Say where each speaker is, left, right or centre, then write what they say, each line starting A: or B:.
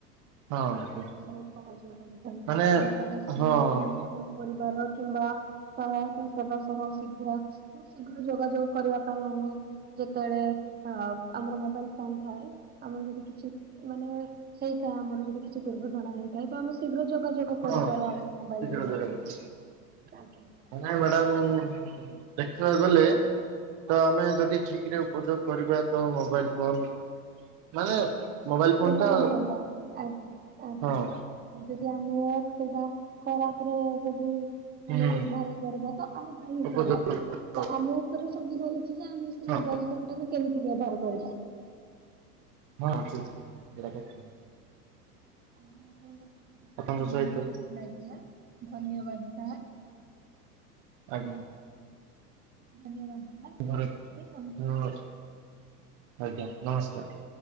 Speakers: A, on the right; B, on the right.
A: ହଁ ଠିକ
B: ବହୁତ ସାହାଜ କରିଥାଏ,
A: ମାନେ
B: ବିପଦ ସମୟରେ
A: ହଁ
B: ମାନେ ପରିବାର କିମ୍ବା ସହାୟତା ସେବା ସହ ଶୀଘ୍ର ବହୁତ ଶୀଘ୍ର ଯୋଗାଯୋଗ କରିବା ପାଇଁ ଆମେ ଯେତେବେଳେ ଆମର ମୋବାଇଲ ଫୋନ ଥାଏ ଆମର ଯଦି ମାନେ ହେଇଥାଏ ଆମର ଯଦି କିଛି ଦୁର୍ଘଟଣା ହେଇଥାଏ ତ ଆମେ ଶୀଘ୍ର ଯୋଗାଯୋଗ କରିପାରୁ
A: ହଁ
B: ଆମର ମୋବାଇଲ
A: ଶୀଘ୍ର
B: ଥିଲେ,
A: ଜାଗା ଦେଖ
B: ଆଜ୍ଞା।
A: ନାଇଁ ମ୍ୟାଡ଼ାମ ଦେଖିବାକୁ ଗଲେ ତ ଆମେ ଯଦି ଠିକ ରେ ଉପଯୋଗ କରିବା ତ ମୋବାଇଲ ଫୋନ ମାନେ ମୋବାଇଲ
B: ଆମ
A: ଫୋନ
B: ପାଇଁ
A: ଟା
B: ଭଲ ଆଜ୍ଞା ଆଜ୍ଞା।
A: ହଁ
B: ଆଉ ଯଦି ଆମେ ସେଇଟା ଖରାପ ରେ ଯଦି ଆମେ
A: ହୁଁ
B: ବ୍ୟବହାର କରିବା ତ ଆମ ପାଇଁ ହି
A: ଉପଯୋଗ
B: ଖରାପ।
A: କରିବା
B: ତ ଆମ ଉପରେ ସବୁ ରହିଛି ଯେ ଆମେ ସେ
A: ହଁ
B: ମୋବାଇଲ ଫୋନ ଟାକୁ କେମିତି ବ୍ୟବହାର କରିବା। <inaudible>
A: ହଁ ସେ ସେଟା କରିଚି।
B: ଆଜ୍ଞା ଆପଣଙ୍କ
A: ଆପଣଙ୍କ
B: ଖୁସି
A: ସହିତ
B: ଲାଗିଲା ଧନ୍ୟବାଦ ସାର୍।
A: ଆଜ୍ଞା।
B: ଧନ୍ୟବାଦ। ସାର୍
A: ହଁ
B: ରଖୁଛି ନମସ୍କାର।
A: ହଁ ଆଜ୍ଞା ନମସ୍କାର।